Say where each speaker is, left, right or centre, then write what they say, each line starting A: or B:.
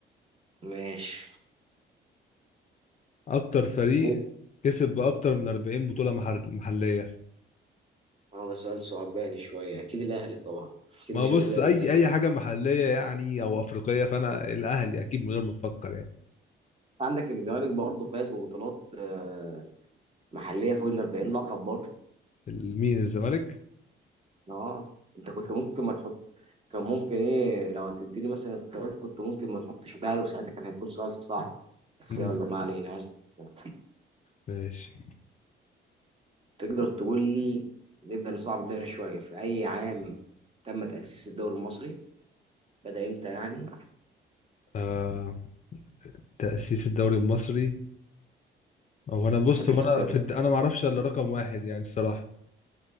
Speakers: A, on the right; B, on the left.
A: ماشي
B: أكتر فريق
A: اه
B: كسب بأكتر من 40 بطولة محل- محلية
A: ده سؤال صعباني شوية أكيد الأهلي طبعا أكيد
B: ما
A: مش
B: بص
A: هقول لك
B: أي
A: الزمالك
B: أي حاجة محلية يعني أو أفريقية فأنا الأهلي أكيد من غير ما تفكر يعني
A: عندك الزمالك برضه فاز ببطولات آه، محلية فوق ال 40 لقب برضه
B: مين الزمالك؟
A: اه أنت كنت ممكن ما تحط كان ممكن إيه لو هتديني مثلا اختيارات كنت ممكن ما تحطش الأهلي وساعتها كان هيكون سؤال صعب بس
B: مم.
A: يلا ما علينا هسأل.
B: ماشي
A: تقدر تقول لي نبدأ نصعب الدنيا شوية في أي عام تم تأسيس الدوري المصري بدأ إمتى يعني
B: آه تأسيس الدوري المصري هو أنا بص
A: أديك
B: هو
A: اختيارات
B: أنا في الد... أنا معرفش إلا رقم واحد يعني الصراحة